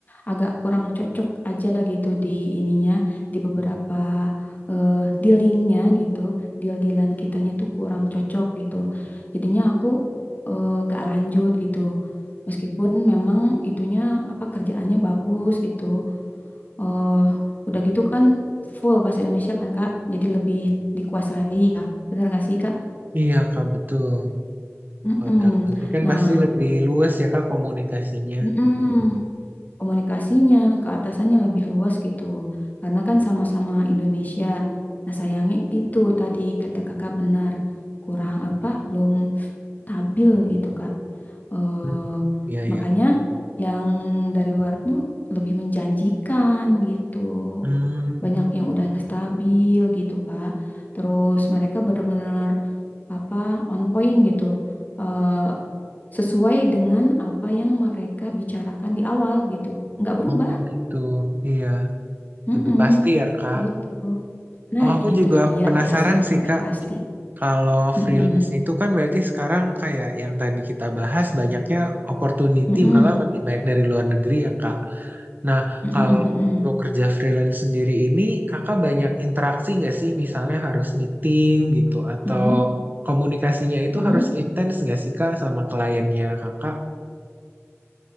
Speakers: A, on the left; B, on the right.
A: agak kurang cocok aja gitu di ininya di beberapa eh, dealingnya gitu deal-dealan kitanya tuh kurang cocok gitu jadinya aku eh, gak lanjut gitu meskipun memang itunya apa kerjaannya bagus gitu eh udah gitu kan full bahasa Indonesia kan Kak jadi lebih dikuasai ya bener gak sih Kak?
B: Iya, Kak, betul.
A: Mm-mm.
B: Kalau dalam negeri kan
A: Nah
B: pasti lebih luas ya, Kak, komunikasinya.
A: mm komunikasinya ke atasannya lebih luas gitu. Karena kan sama-sama Indonesia. Nah, sayangnya itu tadi kata kakak benar kurang apa belum stabil gitu Kak. Eh
B: Hmm, Iya, iya.
A: makanya yang dari luar tuh lebih menjanjikan gitu.
B: Hmm,
A: Banyak yang udah stabil gitu Kak. Terus mereka benar-benar apa on point gitu. Eh sesuai dengan apa yang mereka bicarakan di awal gitu. Nggak berubah.
B: oh gitu. Iya,
A: Mm-mm,
B: lebih pasti ya, Kak.
A: gitu. Nah,
B: Oh, aku
A: itu
B: juga
A: dia
B: penasaran
A: bahasanya
B: sih,
A: lebih
B: Kak.
A: pasti.
B: Kalau
A: Mm-mm,
B: freelance itu kan berarti sekarang kayak yang tadi kita bahas banyaknya opportunity
A: mm-mm,
B: malah lebih banyak dari luar negeri ya Kak. Nah,
A: mm-mm, mm-mm,
B: kalau untuk kerja freelance sendiri ini Kakak banyak interaksi nggak sih? Misalnya harus meeting gitu atau
A: mm-mm,
B: komunikasinya
A: mm-mm.
B: itu harus intens nggak sih Kak sama kliennya Kakak?